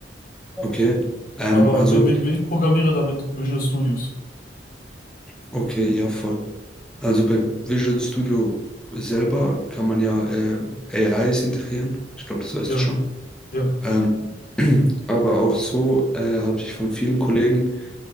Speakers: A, in the centre; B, on the left.
A: okay. Ähm,
B: Aber
A: also,
B: wenn, wenn, wenn ich programmiere damit Visual Studios.
A: okay, ja, voll. Also bei Visual Studio selber kann man ja äh, AIs integrieren. Ich glaube, das weißt
B: Ja,
A: du schon.
B: ja,
A: Ähm, <clears throat> aber auch so äh, habe ich von vielen Kollegen